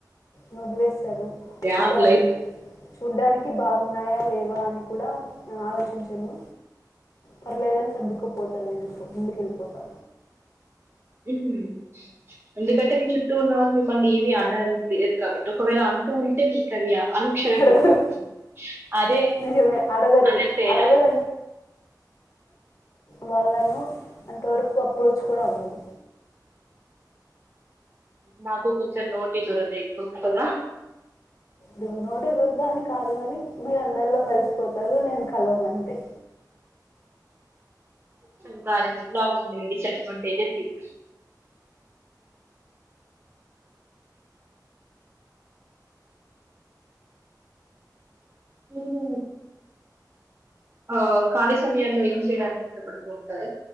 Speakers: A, on the left; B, on the right.
A: నుదిలేస్
B: డ్యామ్
A: అంటే అవి
B: లైఫ్
A: చూడ్డానికి బాగున్నాయా లేవాని కూడా ఆలోచించను పర్లేదని సర్దుకుపోతాను ఎందుకో ముందుకెళ్ళిపోతా
B: మ్ ఎందుకంటే మీ చుట్టూ ఉన్న వాళ్ళు మిమ్మల్ని ఏమీ అనర్ లేరు కాబట్టి ఒకవేళ అంటూ ఉంటే మీకది అనుక్షణం
A: అడగరు
B: గుర్తొస్తది అదే
A: నిజమే అడగరు
B: అదే తేడ
A: అడగరు అంటే వాళ్ళను అంతవరకు అప్రోచ్ కూడా అవ్వను
B: నాకు కొంచెం నోటి దురద ఎక్కువ కదా
A: దు- నోటి దురదాని కాదు గాని మీర్ అందర్లో కలిసిపోతారు నేను కలవనంతే
B: కొంచం కానీ <unintelligible> ఉండే డిసడ్వాంటేజెస్ <unintelligible> మీరు ఒ ఖాళీ సమయాల్లో ఏం చేయడానికి ఇష్టపడుతూ ఉంటారు